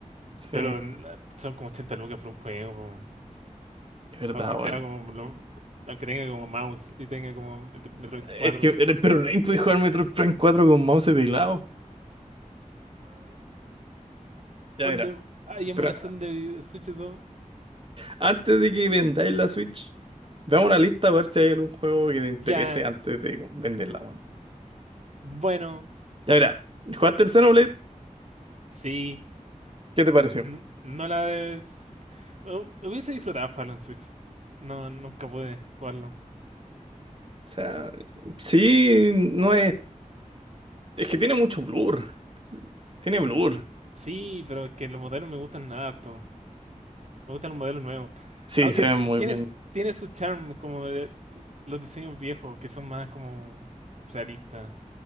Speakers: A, on the right (about 45°); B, on the right (about 60°).
A: sí,
B: pero
A: es
B: eh, son como 80 lucas por un juego.
A: verdad,
B: Aunque sea
A: weón.
B: como, lo- aunque tenga como mouse y tenga como Met- Metroid 4.
A: Es que, eh, pero no podéis jugar Metroid Prime cuatro con mouse y teclado.
B: Cuando
A: Ya, mira,
B: hay emulación
A: pero
B: de video- Switch 2,
A: antes de que vendáis la Switch, veamos una lista para ver si hay algún juego que te interese
B: ya,
A: antes de venderla, weón.
B: bueno,
A: Ya, mira, ¿jugaste el Xenoblade?
B: sí,
A: ¿Qué te pareció?
B: no, no la debes. Hu- Hubiese disfrutado jugarlo en Switch. No, nunca pude jugarlo.
A: O sea, sí, no es. Es que tiene mucho blur. Tiene blur.
B: Sí, pero es que los modelos me gustan harto. Me gustan los modelos nuevos.
A: Sí,
B: Aunque
A: se ve
B: t-
A: muy
B: tienes,
A: bien.
B: tiene su charm, como el- los diseños viejos, que son más como realistas.